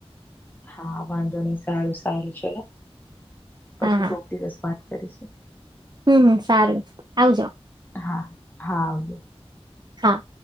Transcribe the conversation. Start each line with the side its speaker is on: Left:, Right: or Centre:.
Left: હા વાંધો ની સારું સારું ચલો પછી
Right: હા
Left: કોક દિવસ વાત કરીશું.
Right: હમ્મ હમ્મ સારું આવજો.
Left: હા હા આવજો
Right: હા.